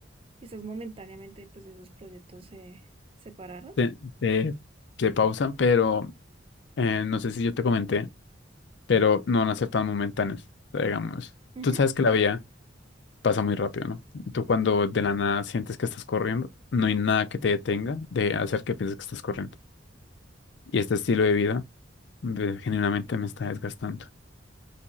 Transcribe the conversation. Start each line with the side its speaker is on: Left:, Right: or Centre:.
Right: quizás momentáneamente, pues esos proyectos se separaron.
Left: te, te- te pausan, pero eh, no sé si yo te comenté, pero no van a ser tan momentáneos, o sea, digamos.
Right: Ujú.
Left: Tú sabes que la vida pasa muy rápido, ¿no? Tú cuando de la nada sientes que estás corriendo, no hay nada que te detenga de hacer que pienses que estás corriendo. Y este estilo de vida, eh, genuinamente me está desgastando,